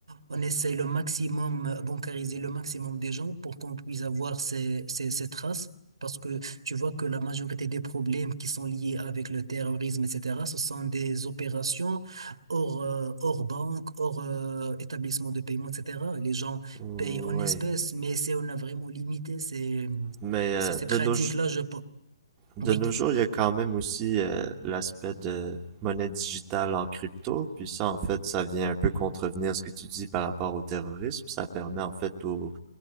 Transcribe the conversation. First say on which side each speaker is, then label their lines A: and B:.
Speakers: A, on the right (about 85°); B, on the right (about 15°).
A: on essaye le maximum, euh, bancariser le maximum des gens pour qu'on puisse avoir ces, ces, ces traces. Parce que tu vois que la majorité des problèmes qui sont liés avec le terrorisme, etc., ce sont des opérations hors, euh, hors banque, hors euh, établissement de paiement, etc. Les gens
B: Oui.
A: payent en espèces, mais c'est on a vraiment limité ces,
B: Mais euh,
A: ces, ces
B: de
A: pratiques-là,
B: nos
A: je... pe-
B: De
A: Oui.
B: nos jours, il y a quand même aussi euh, l'aspect de monnaie digitale en crypto. Puis ça, en fait, ça vient un peu contrevenir ce que tu dis par rapport au terrorisme. Ça permet en fait aux,